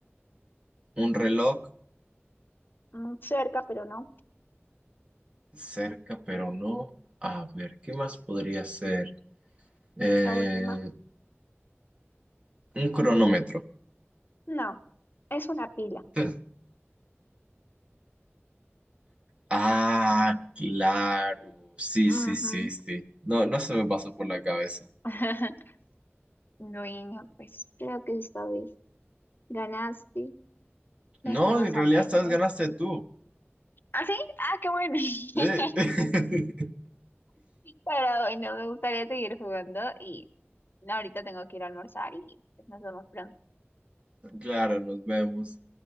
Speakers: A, on the right; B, on the left.
A: Un reloj
B: mm, cerca, pero no.
A: cerca, pero no. A ver, ¿qué más podría ser? Eh,
B: La última.
A: un cronómetro.
B: No, es una pila.
A: <laughs> Ah, claro. Sí,
B: Ujú.
A: sí, sí, sí. No, no se me pasó por la cabeza.
B: <laughs> Bueno, pues creo que esta vez ganaste, lastimosamente.
A: No, en realidad esta vez ganaste tú.
B: ¿Ah, sí? Ah, qué bueno. <laughs>
A: Sí. <laughs>
B: Pero no me gustaría seguir jugando y no, ahorita tengo que ir a almorzar y pues, nos vemos pronto.
A: Claro, nos vemos.